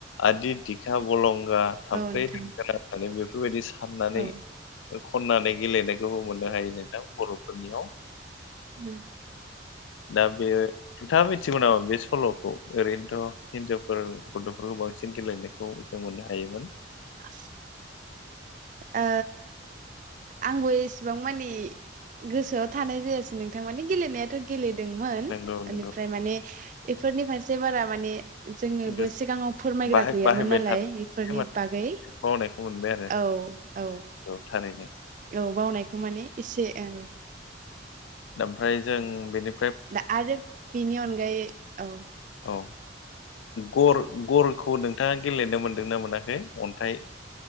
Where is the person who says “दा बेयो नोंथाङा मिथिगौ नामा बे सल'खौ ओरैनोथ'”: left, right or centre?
Left